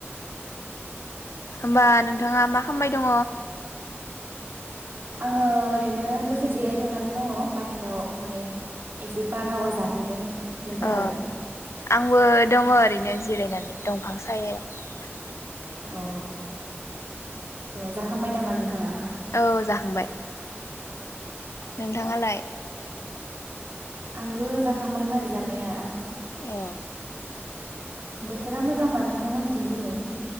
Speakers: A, on the left; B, on the right.
A: होमबा नों नोंथाङा मा खामबाय दङ?
B: आङो ओरैनो दसे जिरायथनानै दङ। बाहेराव माने एसे बारहावा जाफैदों। नोंथाङालाय?
A: अ आंबो दङ ओरैनो जिरायनानै दंफां सायहायाव।
B: औ औ जाखांबाय नामा नोंथाङा?
A: औ जाखांबाय। नोंथाङालाय?
B: आंबो जाखांबायमोन जानाया।
A: अ
B: बोथोरा मोजांबा नोंथांमोनथिं दिनै?